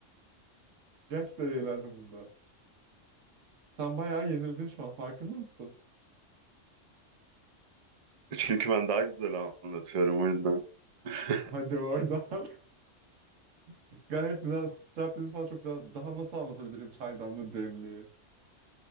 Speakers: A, on the right; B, on the right.
A: Gerçekten eğlendim bunda. Sen bayağı yenildin şu an farkında mısın?
B: Çünkü ben daha güzel anlatıyorum o yüzden. <laughs>
A: Hadi oradan. <laughs> Gayet güzel. Striptease falan çok güzel. Daha nasıl anlatabilirim çaydanlı demliği?